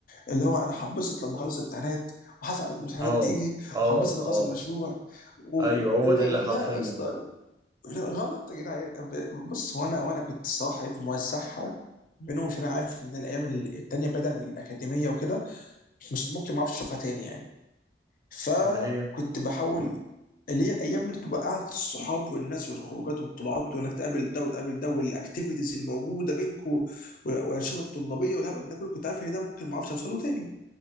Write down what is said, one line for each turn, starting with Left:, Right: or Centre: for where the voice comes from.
Left: اللي هو انا هبسط لما اخلص الامتحانات وهزعل لما الامتحانات
Right: اه
Left: تيجي
Right: اه
Left: وهبسط لما اخلص
Right: اه
Left: المشروع و...
Right: ايوه
Left: و...
Right: هو ده اللي
Left: لا
Right: حرفيا
Left: يا اسطى
Right: بقى
Left: لا، غلط يا جدعان بص هو انا وانا كنت الصراحه إيه، موزعها بينهم عشان انا عارف ان الايام التانيه بعيدا عن الاكاديميه وكده مش ممكن ما اعرفش اشوفها تاني يعني فكنت
Right: اللي هي
Left: بحاول اللي هي الايام اللي تبقى قعده الصحاب والناس والخروجات والطلعات وانك تقابل ده وتقابل ده والاكتيفيتيز الموجوده بينكم والانشطه الطلابيه والهبل ده كله كنت عارف ان ده ممكن ما اعرفش اوصل له تاني